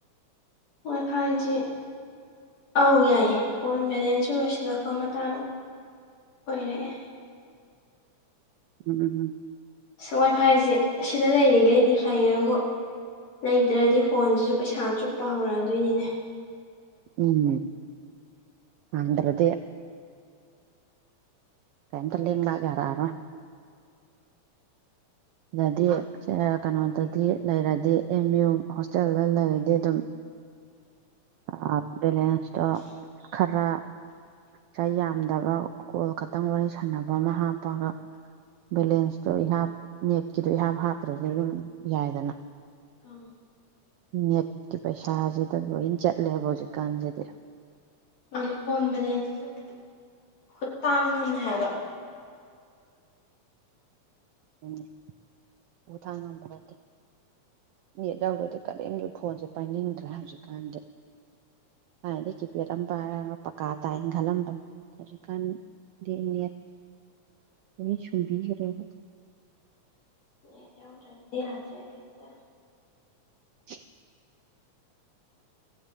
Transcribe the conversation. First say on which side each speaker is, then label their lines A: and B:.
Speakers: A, on the left; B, on the right.
A: ꯋꯥꯏꯐꯥꯏꯖꯦ ꯑꯧ ꯌꯥꯏꯌꯦ ꯐꯣꯟ ꯕꯦꯂꯦꯟꯁꯁꯨ ꯂꯣꯏꯁꯤꯜꯂꯛꯄ ꯃꯇꯥꯡ ꯑꯣꯏꯔꯛꯑꯦ
B: ꯎꯝ
A: ꯁꯋꯥꯏꯐꯥꯏꯖꯦ ꯁꯤꯗ ꯂꯩꯔꯤꯒꯩꯗꯤ ꯐꯩꯌꯦꯕꯨ ꯂꯩꯇ꯭ꯔꯗꯤ ꯐꯣꯟꯖꯤꯖꯨ ꯄꯩꯁꯥ ꯆꯨꯞꯄ ꯍꯧꯔꯛꯑꯗꯣꯏꯅꯤꯅꯦ
B: ꯎꯝ ꯑꯟꯗ꯭ꯔꯗꯤ ꯀꯩꯝꯇ ꯂꯦꯡ ꯂꯥꯛ ꯌꯥꯔꯛꯑꯔꯣꯏ ꯁꯤꯗꯗꯤ ꯁꯦ ꯀꯩꯅꯣꯗꯗꯤ ꯂꯩꯔꯗꯤ ꯑꯦꯝ ꯌꯨ ꯍꯣꯁꯇꯦꯜꯗ ꯂꯩꯔꯗꯤ ꯑꯗꯨꯝ ꯑꯥ ꯕꯦꯂꯦꯟꯁꯇꯣ ꯈꯔ ꯄꯩꯁꯥ ꯌꯥꯝꯗꯕ ꯀꯣꯜ ꯈꯠꯇꯪ ꯋꯥꯔꯤ ꯁꯥꯟꯅꯕ ꯑꯃ ꯍꯥꯞꯄꯒ ꯕꯦꯂꯦꯟꯁꯇꯣ ꯏꯍꯥꯞ ꯅꯦꯠꯀꯤꯗꯣ ꯏꯍꯥꯞ ꯍꯥꯞꯇ꯭ꯔꯖꯨ ꯑꯗꯨꯝ ꯌꯥꯏꯗꯅ
A: ꯎꯝ
B: ꯅꯦꯠꯀꯤ ꯄꯩꯁꯥꯖꯤꯗ ꯂꯣꯏꯟ ꯆꯠꯂꯦꯕ ꯍꯧꯖꯤꯛꯀꯥꯟꯖꯤꯗꯤ
A: ꯃꯥꯅꯤ ꯐꯣꯟ ꯚꯦꯂꯦꯟꯁꯤꯁꯨ ꯈꯨꯇꯥꯡ ꯑꯝꯅꯦ ꯍꯥꯏꯕ
B: ꯑꯗꯨꯅꯦ ꯎ ꯊꯥꯡ ꯉꯝꯕ ꯅꯠꯇꯦ ꯅꯦꯠ ꯌꯥꯎꯗ꯭ꯔꯗꯤ ꯀꯔꯤꯝꯖꯨ ꯐꯣꯟꯁꯦ ꯄꯥꯏꯅꯤꯡꯗ꯭ꯔꯦ ꯍꯧꯖꯤꯛꯀꯥꯟꯗꯤ ꯊꯥꯏꯅꯗꯤ ꯀꯤꯄꯦꯠ ꯑꯃ ꯄꯥꯏꯔꯒ ꯄꯀꯥ ꯇꯥꯏꯅ ꯈꯜꯂꯝꯕꯅꯤ ꯍꯧꯖꯤꯛꯀꯥꯟ ꯗꯤꯅꯦꯠ ꯎꯅꯤ ꯁꯨꯝꯕꯤꯒꯔꯦꯕ
A: ꯅꯦꯠ ꯌꯥꯎꯗ꯭ꯔꯗꯤ ꯌꯥꯗ꯭ꯔꯦ ꯀꯩꯝꯇ
B: <inaudible>